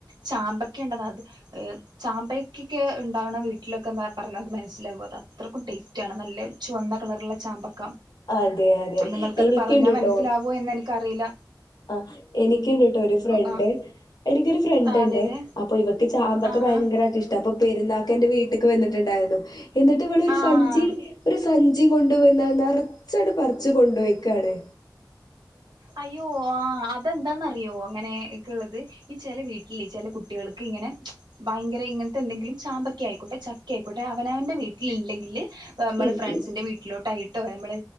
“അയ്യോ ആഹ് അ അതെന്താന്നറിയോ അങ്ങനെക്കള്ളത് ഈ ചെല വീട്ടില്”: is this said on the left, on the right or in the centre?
Right